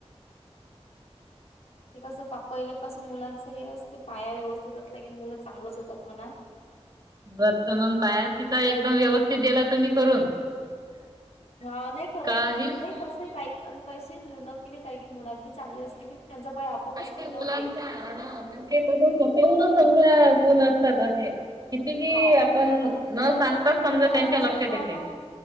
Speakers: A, on the right (about 35°); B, on the left (about 75°).
A: <inaudible>
B: ते कसं पहा पहिले पासून मुलांच हे असते पाया व्यवस्थित असलं की मुलं चांगलंच होतात म्हणा.
A: <unintelligible> पायाच तिचा एकदम व्यवस्थित दिला तुम्ही करून
B: हा नाही खरंच
A: काहीच
B: नाही नाही तसे काही काही स मुलं की नाही काही मुळात बी चांगले असले की त्यांचा पाय आपोआपच
A: काहीतरी
B: पक्का
A: मुलांचा
B: होते
A: हा म्हणजे तस स्वतःहूनच समजा गुण असतात असे किती कि
B: हो
A: आपण
B: अन्
A: न
B: थोडसं
A: सांगताच समजा
B: मग त्यांना
A: त्यांच्या
B: अजून
A: लक्षात येते.
B: मग